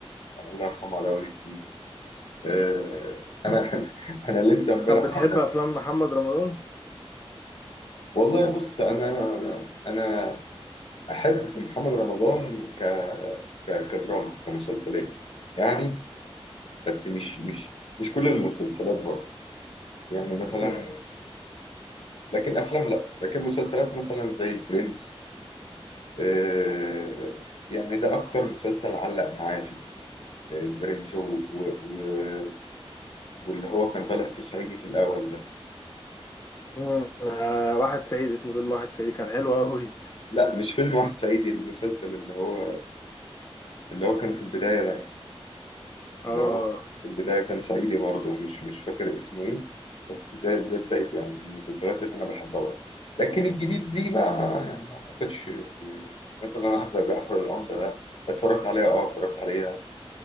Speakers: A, on the left (about 65°); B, on the left (about 30°).
A: آه، الله يرحمه علاء ولي الدين آه، انا <laughs> انا لسه امبارح
B: طب بتحب افلام محمد رمضان
A: <laughs> والله بص انا انا احب محمد رمضان ك ك- كدراما كمسلسلات يعني بس مش مش مش كل المسلسلات برضه يعني مثلا
B: <laughs>
A: لكن افلام لا لكن مسلسلات مثلا زي برنس آه، يعني ده اكتر مسلسل علق معايا فيه آه، البرنس و... و... و... واللي هو كان طالع فيه صعيدي في الاول ده
B: مم. آه واحد سعيد اسمه فيلم واحد سعيد كان حلو قوي
A: لا مش فيلم واحد صعيدي المسلسل اللي هو اللي هو كان في البداية ده
B: اه
A: اللي هو في البداية كان صعيدي برضه مش مش فاكر اسمه ايه بس ده ده بدايته يعني من المسلسلات اللي انا بحبها برضه. لكن الجديد ليه بقى ما يعني ما اعتقدش يعني مثلا واحد زي جعفر العمدة ده اتفرجت عليها اه اتفرجت عليها